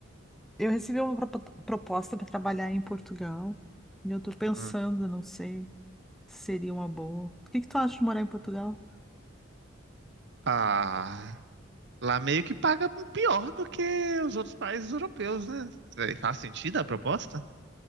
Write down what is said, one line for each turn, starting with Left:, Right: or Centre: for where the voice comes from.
Centre: Eu recebi uma propo- proposta para trabalhar em Portugal, e eu tô pensando,
Right: ah.
Centre: não sei, se seria uma boa. O que que tu acha de morar em Portugal?
Right: Ah, lá meio que paga pior do que os outros países europeus, né? Cê- Faz sentido a proposta?